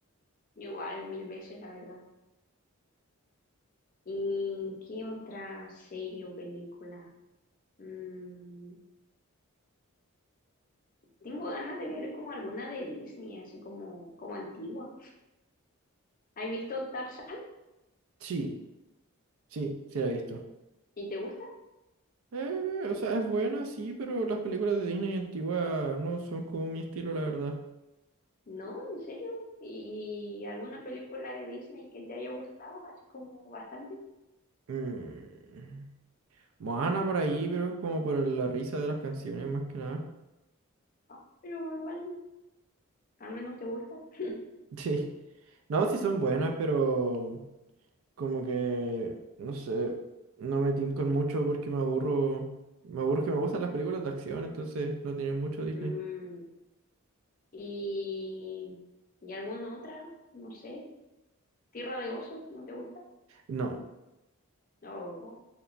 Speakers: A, on the left; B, on the right.
A: igual mil veces, la verdad. ¿Y qué otra serie o película? Mm, tengo ganas de ver como alguna de Disney, así como, como antigua. ¿Has visto Tarzán?
B: Sí, sí, sí la he visto.
A: ¿Y te gusta?
B: Eh, o sea, es buena, sí, pero las películas de Disney antiguas no son como mi estilo, la verdad.
A: No, ¿en serio? ¿Y alguna película de Disney que te haya gustado, así como bastante?
B: Mm. Moana por ahí, pero es como por la risa de las canciones más que nada. <laughs>
A: Ah, pero igual, al menos te gusta. <laughs>
B: Sí. No, sí son buenas, pero... Como que, no sé, no me tincan mucho porque me aburro. Me aburro que me gustan las películas de acción, entonces no tienen mucho Disney.
A: Mm, ¿y, y alguna otra? No sé. ¿Tierra de osos? ¿No te gusta?
B: No,
A: No,